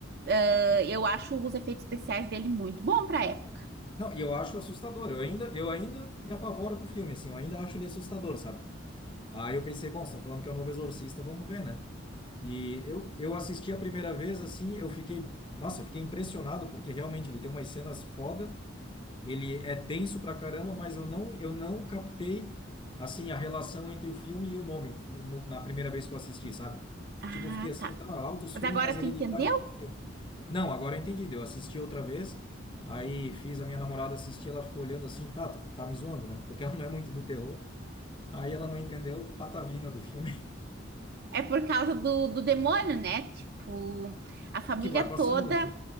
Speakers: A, on the right; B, on the left.
A: Ah, eu acho os efeitos especiais dele muito bom para época.
B: Não, e eu acho assustador. Eu ainda, eu ainda me apavoro com o filme, assim, eu ainda acho ele assustador, sabe? Aí eu pensei, bom, estão falando que é o novo Exorcista, vamos ver, né? E eu, eu assisti a primeira vez, assim, eu fiquei, nossa, eu fiquei impressionado, porque realmente ele tem umas cenas foda, ele é tenso pra caramba, mas eu não, eu não captei, assim, a relação entre o filme e o nome no, na primeira vez que eu assisti, sabe?
A: Ah,
B: Tipo, eu fiquei assim,
A: tá.
B: tá, altos
A: Mas
B: filmes,
A: agora
B: mas hereditário
A: tu entendeu?
B: por quê? Não, agora eu entendi, eu assisti outra vez, aí fiz a minha namorada assistir, ela ficou olhando assim, tá, tu tá me zoando, né? Porque ela não é muito do terror, aí ela não entendeu patavina do filme.
A: É por causa do, do demônio, né? Tipo, a família
B: que vai passando,
A: toda
B: né?